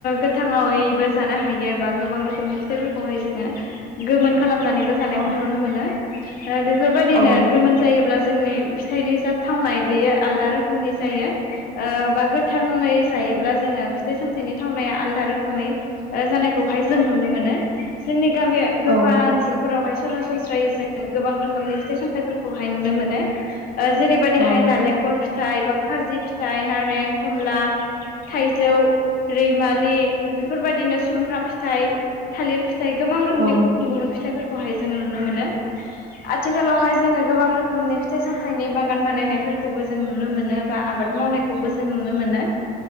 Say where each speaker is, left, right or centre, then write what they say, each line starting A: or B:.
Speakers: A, on the left; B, on the right.
A: गोथाङावैबो जानो हायो बा गोबां रोखोमनि फिथाइफोरखौ खौहाय जोङो गोमोन खालामनानैबो जानायखौ
B: औ
A: नुनो मोनो। बेफोरबायदिनो
B: औ
A: गोमोन जायोब्ला जोंनि फिथाइनि जा थावनाय बेयो आलदा रोखोमनि जायो बा गोथाङै जायोब्ला जोङो फिथाइ सामथाइनि थावनाया आलदा रोखोमै जानायखौहाय जों नुनो मोनो जोंनि गामिया
B: औ
A: गोफा ओनसोलफोरावहाय सरासनस्रायै जों गोबां रोखोमनि फिथाइ सामथायाइफोरखौहाय नुनो मोनो। जेरैबायदिहाय
B: औ
A: नारेंखर फिथाइ बा खारजि फिथाइ नारें खमला थाइजौ रैमालि बेफोरबायदिनो सुमफ्राम फिथाइ थालिर फिथाइ फिथाइ गोबां रोखोमनि
B: औ
A: गुबुन गुबुन फिथाइफोरखौहाय जोङो नुनो मोनो। आथिखालावहाय जोङो गोबां रोखोमनि फिथाइ सामथाइनि बागान बानायनायफोरखौबो जों नुनो मोनो बा आबाद मावनायखौबो जों नुनो मोनो।